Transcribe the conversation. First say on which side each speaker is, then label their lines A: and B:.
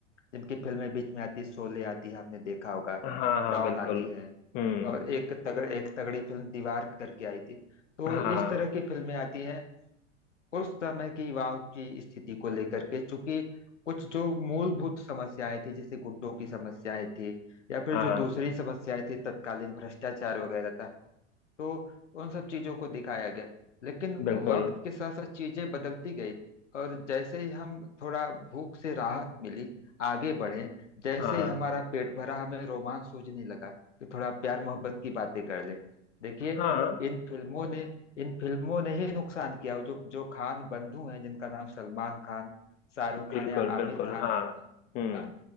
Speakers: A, on the left; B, on the left.
A: जिनकी फिल्में बीच में आती है, शोले आती है आपने देखा होगा
B: हाँ हाँ
A: डॉन
B: बिल्कुल
A: आती है
B: हम्म
A: और एक तगड़ एक तगड़ी फिल्म दीवार करके आई थी तो
B: हाँ
A: इस तरह की फिल्में आती हैं उस समय की युवाओं की स्थिति को लेकर के चूंकि कुछ जो मूलभूत समस्याएं थी जैसे गुंडों की समस्याएं थी या फिर
B: हाँ
A: जो दूसरी समस्याएं थी तत्कालीन भ्रष्टाचार वगैरह था तो उन सब चीजों को दिखाया गया लेकिन
B: बिल्कुल
A: वक्त के साथ साथ चीजें बदलती गई और जैसे ही हम थोड़ा भूख से राहत मिली आगे बढ़े जैसे
B: हाँ
A: ही हमारा पेट भरा हमें रोमांच सूझने लगा कि थोड़ा प्यार मोहब्बत की बातें कर ले देखिए
B: हाँ
A: इन फिल्मों ने इन फिल्मों ने ही नुकसान किया जो जो खान बंधु हैं जिनका नाम सलमान खान शाहरुख
B: बिल्कुल
A: खान या आमिर
B: बिल्कुल
A: खान
B: हाँ हम्म
A: ना